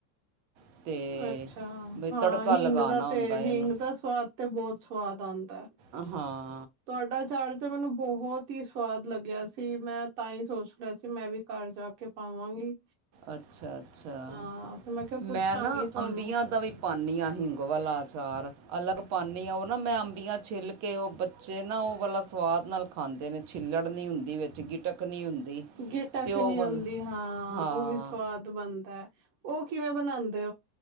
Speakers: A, on the right; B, on the right.
A: ਅਤੇ
B: ਅੱਛਾ!
A: ਬਈ
B: ਹਾਂ,
A: ਤੜਕਾ
B: ਹਿੰਗ
A: ਲਗਾਉਣਾ
B: ਦਾ ਤੇ
A: ਹੁੰਦਾ ਇਹਨੂੰ
B: ਹਿੰਗ ਦਾ ਸਵਾਦ ਤੇ ਬਹੁਤ ਸਵਾਦ ਆਂਦਾ।
A: ਅ ਹਾਂ।
B: ਤੁਹਾਡਾ ਅਚਾਰ ਮੈਨੂੰ ਬਹੁਤ ਹੀ ਸਵਾਦ ਲੱਗਿਆ ਸੀ, ਮੈਂ ਤਾਂ ਹੀ ਸੋਚ ਲਿਆ ਸੀ ਮੈਂ ਵੀ ਘਰ ਜਾ ਕੇ ਪਾਵਾਂਗੀ।
A: ਅੱਛਾ-ਅੱਛਾ,
B: ਹਾਂ ਫਿਰ ਕਿਹਾ ਪੁੱਛਾਂਗੀ
A: ਮੈਂ ਨਾ
B: ਤੁਹਾਨੂੰ
A: ਅੰਬੀਆਂ ਦਾ ਵੀ ਪਾਨੀ ਹਾਂ ਹਿੰਗ ਵਾਲਾ ਅਚਾਰ, ਅਲੱਗ ਪਾਨੀ ਹ ਉਹ ਨਾ ਮੈਂ ਅੰਬੀਆਂ ਛਿੱਲ ਕੇ ਉਹ ਜੇ ਨਾ ਉਹ ਵਾਲਾ ਸਵਾਦ ਨਾਲ ਖਾਂਦੇ ਨੇ ਛਿੱਲੜ ਨਹੀਂ ਹੁੰਦਾ ਵਿੱਚ ਗਿਟਕ ਨਹੀਂ ਹੁੰਦੀ।
B: ਗਿਟਕ
A: ਅਤੇ ਉਹ
B: ਨੀ
A: ਵਾਲਾ
B: ਆਦੀ ਹਾਂ
A: ਹਾਂ
B: ਉਹ ਵੀ ਸਵਾਦ ਬਣਦਾ ਉਹ ਕਿਵੇਂ ਬਣਾਉਂਦੇ।